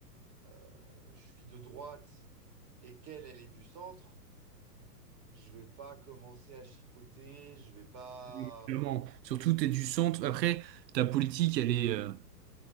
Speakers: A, on the right; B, on the right.
A: euh, je suis de droite et qu'elle, elle est du centre, je vais pas commencer à chipoter, je vais pas...
B: Oui, Clairement. Surtout, tu es du centre. Après, ta politique, elle est. euh,